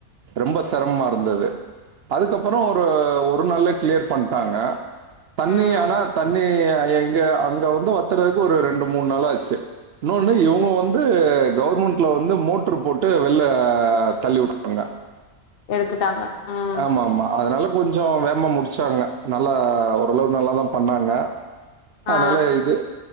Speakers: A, on the right (about 65°); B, on the left (about 50°).
A: ரொம்ப செரமமா இருந்தது அதுக்கப்புறோ ஒரு ஒரு நாள்ளையே கிளியர் பண்டாங்க தண்ணி
B: ம்
A: ஆனா தண்ணி இங்க அங்க வந்து வத்துறதுக்கு ஒரு ரெண்டு மூணு நாள் ஆச்சு இன்னொன்னு இவங்க வந்து கவர்மெண்ட்ல வந்து மோட்ரு போட்டு வெள்ல தள்ளி வுட்டாங்க
B: எடுத்துட்டாங்க ம்
A: ஆமா ஆமா அதனால கொஞ்ச வேமா முடிச்சாங்க நல்லா ஓரளவு நல்லாதா பண்ணாங்க அதுனால
B: ஆ
A: இது